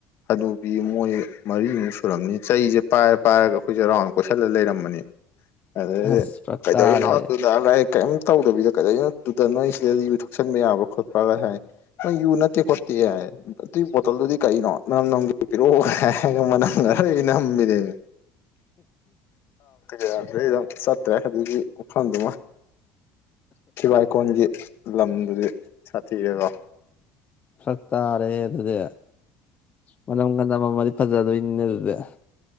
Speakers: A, on the left; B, on the left.
A: ꯍꯅꯨꯕꯤ ꯃꯣꯏ ꯃꯔꯤꯃꯨꯛ ꯁꯨꯔꯝꯅꯤ ꯆꯩꯁꯦ ꯄꯥꯏꯔ ꯄꯥꯏꯔꯒ ꯑꯩꯈꯣꯏꯁꯦ ꯔꯥꯎꯟ ꯀꯣꯏꯁꯜꯂꯒ ꯂꯩꯔꯝꯕꯅꯦ ꯃꯤ ꯑꯗꯩꯗ
B: ꯑꯁ ꯐꯔꯛ
A: ꯀꯩ
B: ꯇꯥꯔꯦ
A: ꯇꯧꯔꯤꯅꯣ ꯑꯗꯨꯗ ꯅꯣ ꯀꯩꯝ ꯇꯧꯗꯕꯤꯗ ꯀꯗꯧꯅꯣꯗꯨꯗ ꯅꯣꯏ ꯁꯤꯗ ꯌꯨ ꯊꯛꯆꯟꯕ ꯌꯥꯕ ꯈꯣꯠꯄ ꯍꯣꯏ ꯐ ꯅꯣꯏ ꯌꯨ ꯅꯠꯇꯦ ꯈꯣꯠꯇꯦ ꯍꯥꯏ ꯑꯗꯨꯏ ꯕꯣꯇꯜꯗꯨꯗꯤ ꯀꯩꯅꯣ ꯃꯝ ꯅꯪꯒꯤ ꯄꯤꯔꯛꯑꯣ ꯁꯥꯒꯣꯝ ꯃꯅꯝꯒ ꯑꯔꯣꯏꯕ ꯅꯝꯕꯤꯅꯦꯃꯤ ꯩ ꯑꯗꯨꯝ ꯆꯠꯇ꯭ꯔꯦ ꯑꯗꯨꯖꯤꯒꯤ ꯎꯐꯝꯗꯨꯃ ꯊꯤꯕꯥꯏ ꯀꯣꯟꯒꯤ ꯂꯝꯗꯨꯗꯤ ꯁꯥꯊꯤꯔꯦꯀꯣ
B: ꯐꯔꯛ ꯇꯥꯔꯦꯍꯦ ꯑꯗꯨꯗꯤ ꯃꯅꯝꯒ ꯅꯝꯃꯗꯤ ꯐꯖꯗꯣꯏ ꯅꯤꯅꯦ ꯑꯗꯨꯗꯦ